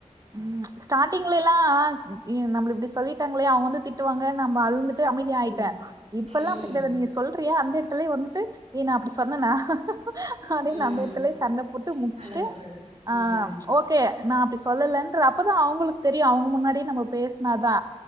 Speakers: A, on the right; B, on the right.
A: ம் ஸ்டார்டிங்ல எல்லா நம்மள இப்டி இ சொல்லிட்டாங்களே அவங்க வந்து திட்டுவாங்க நம்ப அழுதுட்டு அமைதி ஆயிட்டே
B: ம்
A: இப்பல்லா
B: ம்
A: அப்டீ கெடையாது நீ சொல் அப்பற எ அந்த எடத்துலயே வந்துட்டு ஏ நா அப்படி சொன்னனா அப்டின்னு
B: ம்
A: அந்த எடத்துலயே சண்டை போட்டு முடிச்சுட்டு
B: சண்ட போட்றது
A: ஆ
B: ம்
A: ஓகே நா அப்டி சொல்லலன்ற அப்பதா அவங்களுக்கு தெரியு அவங்க முன்னாடியே நம்ம பேசினாதா